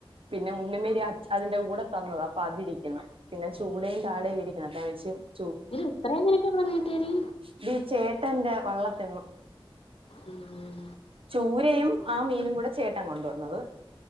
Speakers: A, on the right; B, on the left.
A: പിന്നെ ഉണ്ണുമേരി അച് അതിന്റെ കൂടെ തന്നത അപ്പ അതിരിക്ക്ന്ന് പിന്നെ ചൂടേം താടേം ഇരിക്കണ്‌ <unintelligible>
B: ങ്കിലും ഇത്രേ നിനക്കെവിട്ന്ന് കിട്ടിയെടി
A: ടീ ചേട്ടന്റെ വള്ളത്തീന്ന്
B: ഉം
A: ചൂരയും ആ മീനുംകുടെ ചേട്ടൻ കൊണ്ടുവന്നത്